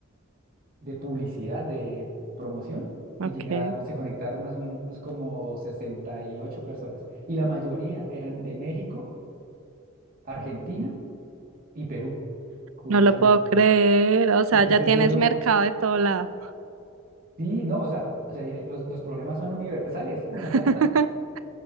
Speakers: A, on the right (about 45°); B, on the right (about 80°).
A: de publicidad, de promoción
B: ok.
A: y llegaron, se conectaron más o menos como 68 personas y la mayoría eran de México, Argentina y Perú curiosamente.
B: No lo puedo creer. O sea,
A: Entonces
B: ya tienes
A: yo no,
B: mercado de todo lado.
A: sí, no, o sea, o sea, dije, los, los problemas son universales.
B: <laughs>
A: <laughs>